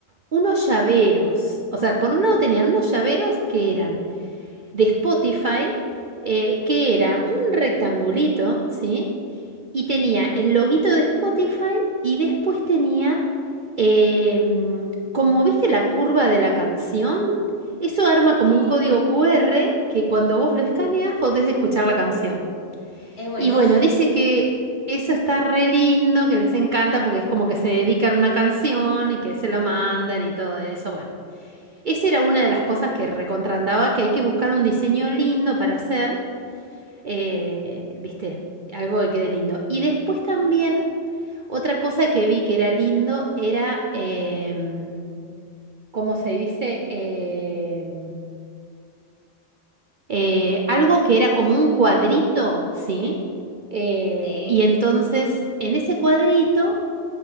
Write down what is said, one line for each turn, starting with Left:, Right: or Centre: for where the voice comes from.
Right: unos llaveros. O sea, por un lado tenían unos llaveros que eran de Spotify, eh, que era un rectangulito, ¿sí? Y tenía el loguito de Spotify y después tenía, eh, mm, como viste la curva de la canción, eso arma como
Left: Sí.
Right: un código QR que cuando vos lo escaneas podés escuchar la canción.
Left: Es buenísimo.
Right: Y bueno, dice que eso está re lindo, que les encanta porque es como que se dedican a una canción y que se la mandan y todo eso. Bueno. Esa era una de las cosas que recontrandaba, que hay que buscar un diseño lindo para hacer, eh, viste, algo que quede lindo. Y después también, otra cosa que vi que era lindo era, em, ¿cómo se dice? Em, eh, algo que era como un cuadrito, ¿sí? Eh,
Left: Sí,
Right: y entonces, en ese cuadrito,